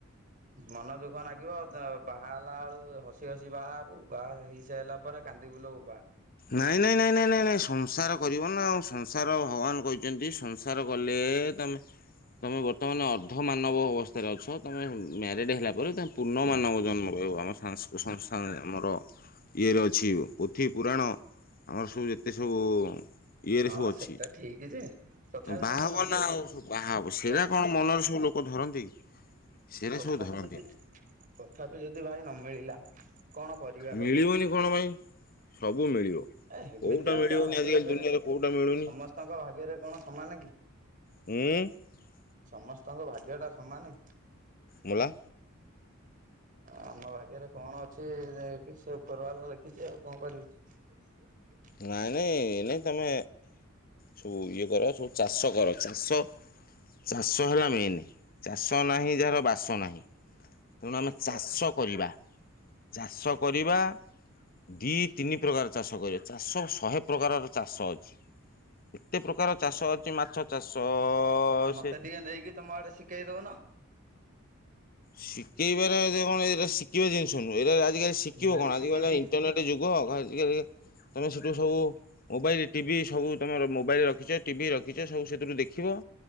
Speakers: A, on the right (about 40°); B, on the left (about 45°).
A: ମନ ଦୁଃଖ ଲାଗିବ। ବାହା ହେଲା ବେଳୁ ହସି ହସି ବାହା ହେବୁ ବାହା ହେଇ ସାରିଲା ପରେ କାନ୍ଦି ବୁଲବ ବା
B: ନାଇଁ ନାଇଁ ନାଇଁ ନାଇଁ ନାଇଁ ନାଇଁ ସଂସାର କରିବ ନା ଆଉ ସଂସାର ଭଗବାନ କହିଛନ୍ତି। ସ ସଂସାର କଲେ ତମେ ତମେ ବର୍ତ୍ତମାନ ଅର୍ଦ୍ଧ ମାନବ ଅବସ୍ଥାରେ ଅଛ। ତୁମେ ମ୍ୟାରିଡ଼୍ ହେଲା ପରେ ତାମେ ପୂର୍ଣ୍ଣମାନବ ଜନ୍ମ କବ ଆମ ସଂସ୍ଥ ଆମର ଇଏରେ ଅଛି ପୋଥି ପୁରାଣ ଆମର ସବୁ ଯେତେ ସବୁ ଇଏରେ
A: ହଁ
B: ସବୁ ଅଛି
A: ସେଟା ଠିକ ଯେ ତଥାପି
B: ବାହାଘବ
A: ଯଦି ନ ମିଳିଲା
B: ନା ଆଉ ସବୁ ବାହାର ସେଇଟା
A: ତ
B: କଣ ମନରେ ସବୁ ଲ ଲୋକ ଧରନ୍ତି ସେରା
A: ତଥାପି
B: ସବୁ ଧରନ୍ତିନି
A: ଯଦି ତଥାପି ଯଦି ଭାଇ ନ ମିିଳିଲା କଣ କରିବା
B: ମିଳିବନି
A: କହିଲ
B: କଣ ପାଇଁ ସବୁ ମିଳିବ
A: ଏ ଏମିତି
B: କୋଉଟା
A: ଆଉ
B: ମିଳିବନି
A: କାହା ଭାଗ୍ୟରେ
B: ଆଜିକାଲି
A: ଫରେ
B: ଦୁନିଆରେ କୋଉଟା ମିଳୁନି
A: ସମସ୍ତଙ୍କ ଭାଗ୍ୟରେ କଣ ସମାନେ
B: ହଁ।
A: ସମସ୍ତଙ୍କ ଭାଗ୍ୟ ଟା ସମାନ।
B: ମଲା
A: ଆମ ଭାଗ୍ୟରେ କଣ ଅଛି ସେ ଉପର ବାଲା ଲେଖିଛି ଆଉ କଣ କରିବି
B: ନାଇଁ ନାଇଁ ଏ ନାଇ ତମେ ସବୁ ଇଏ କର ସବୁ ଚାଷ କର ଚାଷ ଚାଷ ହେଲା ମେନ୍ ଚାଷ ନାହିଁ ଯାହାର ବାସ ନାହିଁ। ତେଣୁ ଆମେ ଚାଷ
A: ଆଉ
B: କରିବା ଚାଷ କରିବା। ଦି ତିନି ପ୍ରକାର ଚାଷ କରିବା ଚାଷ ଶହେ ପ୍ରକାରର ଚାଷ ଅଛି। କେତେ ପ୍ରକାର ଚାଷ ଅଛି ମାଛ ଚାଷ
A: ଆଉ ମତେ
B: ସେ
A: ଟିକେ ନେଇକି ତମ ଆଡେ ଶିଖେଇ ଦଉନ।
B: ଶିଖେଇବାର ଏଥିରେ କଣ, ଏଟା ଶିଖିବା ଜିନିଷ ନୁହେଁ ଏଇଟା ଆଜିକାଲି ଶିଖିବ
A: ମୁଁ
B: କଣ
A: ଶିଖିଛି।
B: ଆଜିକାଲି ତ ଇଣ୍ଟରନେଟ୍ ଯୁଗ୍ କୁହ କଣ ହେଇଛି <inaudible> ତମେ ସେଠୁ ସବୁ ମୋବାଇଲ୍ ଟିଭି ସବୁ ତମର ମୋବାଇଲ୍ ରଖିଛ ଟିଭି ରଖିଛ ସବୁ ସେଥିରୁ ଦେଖିବ।